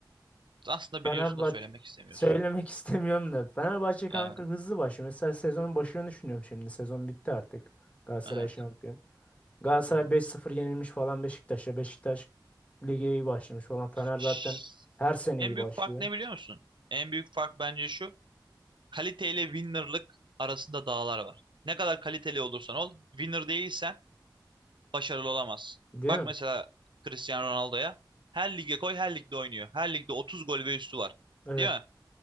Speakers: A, on the right; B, on the left.
A: Aslında
B: Fenerbahçe
A: biliyorsun da söylemek istemiyorsun.
B: söylemek <laughs> istemiyorum da Fenerbahçe kanka
A: Evet,
B: hızlı başlıyor. Mesela sezonun başını düşünüyorum şimdi. Sezon bitti artık. Galatasaray
A: evet.
B: şampiyon. Galatasaray
A: Hı hı.
B: 5-0 yenilmiş falan Beşiktaş'a. Beşiktaş lige iyi başlamış falan. Fener zaten
A: Şşş.
B: her sene
A: En
B: iyi
A: büyük
B: başlıyor.
A: fark ne biliyor musun? En büyük fark bence şu. kaliteyle winner'lık arasında dağlar var. Ne kadar kaliteli olursan ol, winner değilsen başarılı olamazsın.
B: Değil
A: Bak
B: mi?
A: mesela Cristiano Ronaldo'ya. Her lige koy, her ligde oynuyor. Her ligde 30 gol ve üstü var.
B: Evet.
A: Değil mi?